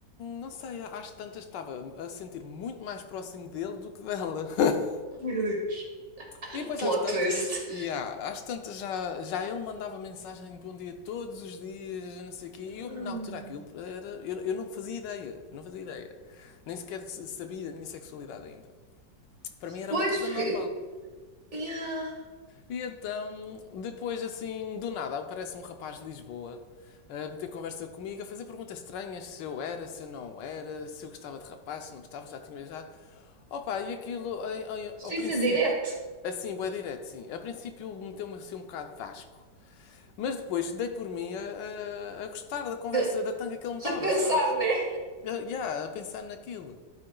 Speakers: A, on the left; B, on the right.
A: não sei, às tantas estava a sentir muito mais próximo dele do que dela. <laughs>
B: Oh meu Deus!
A: E depois
B: Plot
A: às tantas,
B: twist.
A: yeah, às tantas já, já ele mandava mensagem de bom dia todos os dias, não sei o quê. E eu,
B: Hum.
A: na altura, aquilo era... Eu, eu não fazia ideia, não fazia ideia. Nem sequer sabia da minha sexualidade ainda. Para mim era
B: Pois,
A: uma coisa
B: porque.
A: normal.
B: Yeah.
A: E então, depois assim, do nada, aparece um rapaz de Lisboa a meter conversa comigo, a fazer perguntas estranhas, se eu era, se eu não era, se eu gostava de rapaz, se não gostava, já tinha beijado. Opa, e aquilo, em- em- ao
B: Isso
A: princípio,
B: é direto.
A: assim, bué direto, sim. A princípio meteu-me assim um bocado de asco. Mas depois dei por mim a, a- a gostar da
B: <laughs>
A: conversa, da tanga que ele me dava,
B: A pensar,
A: sabes?
B: né?
A: Eu, yeah, a pensar naquilo.